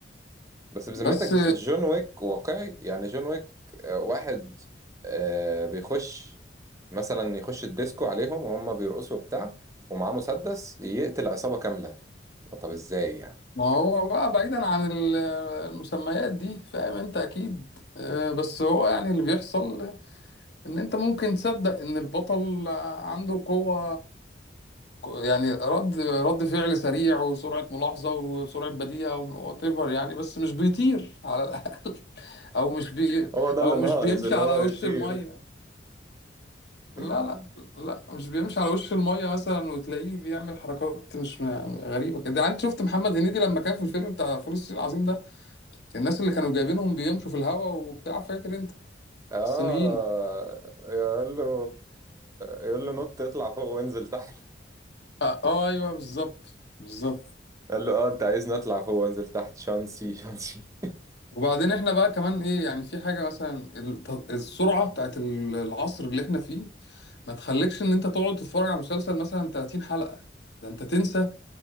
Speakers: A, on the right; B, on the left.
A: بس بذمتك
B: بس
A: جون ويك واقعي يعني جون ويك آه، واحد آه، بيخش مثلا يخش الديسكو عليهم وهم بيرقصوا وبتاع ومعاه مسدس يقتل عصابة كاملة طب ازاي يعني
B: ما هو بقى بعيدا عن ال- المسميات دي فاهم انت اكيد آه، بس هو يعني اللي بيحصل ان انت ممكن تصدق ان البطل عنده قوة يعني رد رد فعل سريع وسرعة ملاحظة وسرعة بديهة وات ايفر يعني بس مش بيطير على الاقل <laughs> او مش بي
A: هو ده اللي
B: او مش
A: ناقص
B: بيمشي
A: ان
B: على
A: هو
B: وش
A: يطير
B: المية
A: <laughs>
B: لا لا لا مش بيمشي على وش المية مثلا وتلاقيه بيعمل حركات مش م- غريبة كده يعني انت شفت محمد هنيدي لما كان في الفيلم بتاع فول الصين العظيم ده الناس اللي كانوا جايبينهم بيمشوا في الهوا وبتاع فاكر انت
A: اه
B: الصينيين
A: يقول له يقول له نط اطلع فوق وانزل تحت
B: اه آه، ايوه بالظبط بالظبط
A: قال له اه انت عايزني اطلع فوق وانزل تحت شانسي شانسي
B: وبعدين احنا بقى كمان ايه يعني في حاجه مثلا الت- السرعه بتاعت ال- العصر اللي احنا فيه ما تخليكش ان انت تقعد تتفرج على مسلسل مثلا 30 حلقه ده انت تنسى